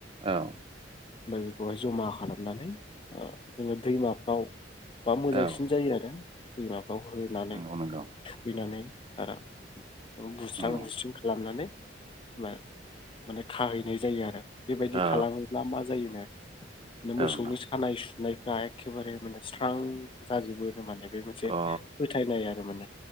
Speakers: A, on the right; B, on the left.
A: औ
B: ओमफ्राय बेखौहाय जमा खालामनानै जोङो दैमाफ्राव बा मोजांसिन
A: औ
B: जायो आरो दै माबायाव होनानै
A: नंगौ नंगौ
B: थुखैनानै आरो बुस्रां
A: नंगौ
B: बुसथ्रिं खालामनानै माने खाहैनाय जायो आरो बेबायदि
A: औ
B: खालामोब्ला मा जायोनो बे मोसौनि
A: औ नोंथां
B: सानाय सुनायफ्रा एखेबारे माने स्रां जाजोबो माने बे मोनसे
A: अ
B: फोथायनाय आरो माने